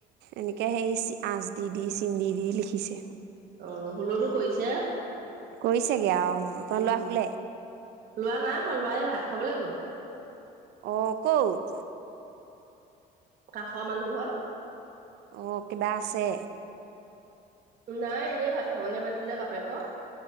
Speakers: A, on the right; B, on the right.
A: এনেকে সেই আচ দি- দি চিন দি- দি লিখিছে।
B: অঁ, হ'লটো কৰিছে,
A: কৰিছেগে আৰু অ', আপোনাৰ
B: উম
A: ল'ৰা শুলে?
B: লৱা নাই শোৱা, লৱা এই ভাত খাবলৈ গ'ল।
A: অঁ ক'ত?
B: কাষৰ মানুহ ঘৰত।
A: অঁ কিবা আছে।
B: নাই এনেই ভাত খাবলৈ মাতিলে বাপেকক।